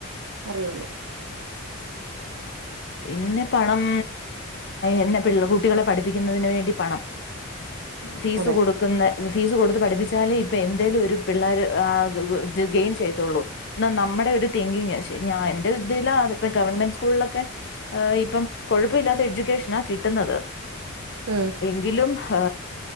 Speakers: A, on the right; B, on the left.
A: അറിയുള്ളൂ
B: പിന്നെ പണം എന്നെ കുട്ടികളെ പഠിപ്പിക്കുന്നതിന് വേണ്ടിയുളള പണം ഫീസ്
A: അതെ
B: കൊടുക്കുന്നേ ഫീസ് കൊടുത്ത് പഠിപ്പിച്ചാലേ ഇപ്പം എന്തേലും ഒരു പിള്ളേർ ആ ഗെയിൻ ചെയ്യത്തുള്ളൂ എന്ന നമ്മുടെ ഒരു തിങ്കിങ് ഞാൻ എന്റെ ഇതില ഇപ്പ ഗവൺമെന്റ് സ്കൂളിലൊക്കെ ഇപ്പം കൊഴപ്പമില്ലാത്ത എഡ്യൂക്കേഷനാ കിട്ടുന്നത്
A: ഉം
B: ങ്കിലും ഹേ